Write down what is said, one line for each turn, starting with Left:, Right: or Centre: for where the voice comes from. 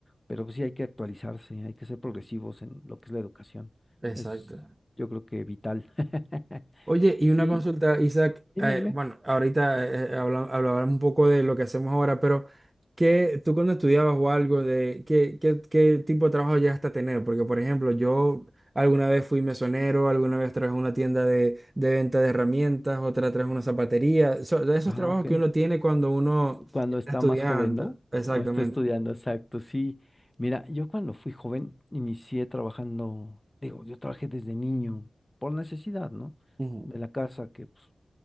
Left: Pero pues, sí hay que actualizarse, hay que ser progresivos en lo que es la educación.
Right: Exacto.
Left: Es, yo creo que vital. <laughs>
Right: Oye, y
Left: Sí,
Right: una consulta, Isaac,
Left: dime,
Right: eh,
Left: dime.
Right: bueno, ahorita eh, eh, habla- hablaban un poco de lo que hacemos ahora, pero ¿qué, tú cuando estudiabas o algo, de qué, qué, qué tipo de trabajo llegaste a tener? Porque, por ejemplo, yo alguna vez fui mesonero, alguna vez trabajé en una tienda de, de venta de herramientas, otra trabajé en una zapatería, so- de esos
Left: Ah,
Right: trabajos
Left: ok.
Right: que uno tiene cuando uno
Left: Cuando
Right: está
Left: está
Right: estudiando.
Left: más joven, ¿no?
Right: Exactamente.
Left: O está estudiando, exacto, sí. Mira, yo cuando fui joven inicié trabajando, digo, yo trabajé desde niño por necesidad, ¿no?
Right: Ujú.
Left: De la casa, que pues,